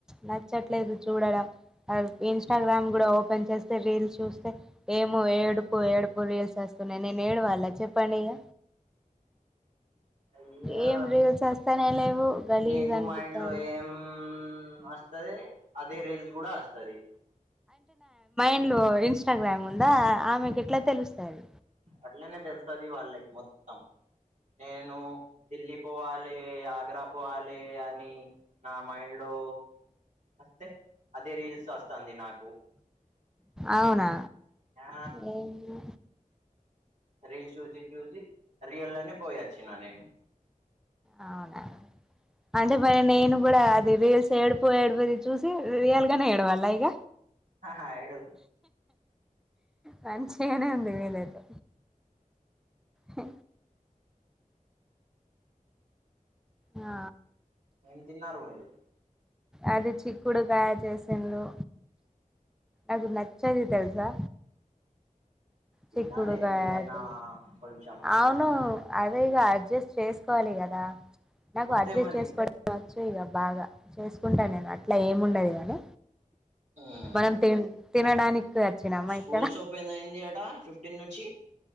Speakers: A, in the centre; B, on the right.
A: నచ్చట్లేదు చూడడం ఇన్స్టాగ్రామ్ కూడా ఓపెన్ చేస్తే రీల్స్ చూస్తే ఏమో ఏడుపు ఏడుపు రీల్స్ వస్తే వస్తున్నాయి నేను ఏడవాళ చెప్పండి ఇక
B: అయ్యా
A: ఏం రీల్స్ వస్తానే లేవు గలీజ్
B: నీకు
A: అనిపిస్తుంది
B: మా ఇండ్లో ఏం వస్తది అదే రీల్స్ కూడా వస్తది
A: ఇంటిలో ఇన్స్టాగ్రామ్ ఉందా ఆమెకి ఎట్లా తెలుస్తది
B: అట్లనే తెలుస్తది వాళ్ళకి మొత్తం నేను ఢిల్లీ పోవాలి ఆగ్రా పోవాలి అని నా మైండ్ లో వస్తే అదే రీల్స్ వస్తుంది నాకు
A: అవునా
B: ఆ
A: వామ్మో
B: రీల్ చూసి చూసి రియల్లోనే పోయిొచ్చిన నేను
A: అవునా అంటే మరి నేను కూడా అది రీల్స్ ఏడుపో ఏడు రీల్ చూసి రియాల్గానే ఏడవళ్ళ ఇగ
B: ఆహా ఏడువ్
A: మంచిగానే ఉంది వీదైతే హు ఆ
B: ఏం తిన్నారు మీరు
A: అది చిక్కుడు కాయ చేసిర్రూ అది నచ్చదు తెల్సా
B: తినాలి
A: చిక్కుడుకాయ
B: ఏదైనా
A: అది
B: కొంచెం
A: అవును అదేగ అడ్జస్ట్ చేసుకోవాలి కదా నాకు
B: అంతే
A: అడ్జస్ట్
B: మరి
A: చేసుకోవడం వచ్చు ఇక బాగా చేసుకు కుంటా నేను అట్లా ఏముండదు గాని
B: ఉమ్
A: మనం తి తినడానికి వచ్చినామా
B: స్కూల్స్
A: ఇక్కడ
B: ఓపన్ అయింది అట ఫిఫ్టీన్ నుంచి